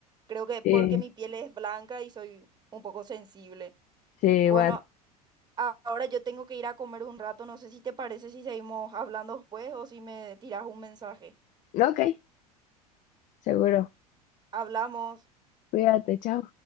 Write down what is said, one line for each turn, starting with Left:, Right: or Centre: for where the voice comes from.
Right: Creo que porque
Left: Sí,
Right: mi piel es blanca y soy un poco sensible.
Left: sí,
Right: Bueno,
Left: igual.
Right: a- ahora yo tengo que ir a comer un rato, no sé si te parece si seguimos hablando después o si me tiras un mensaje.
Left: Ok, seguro.
Right: Hablamos.
Left: Cuídate, chao.